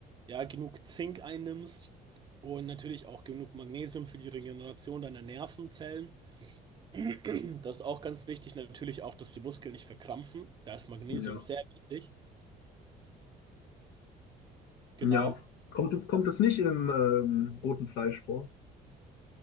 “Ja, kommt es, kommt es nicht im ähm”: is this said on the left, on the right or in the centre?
Left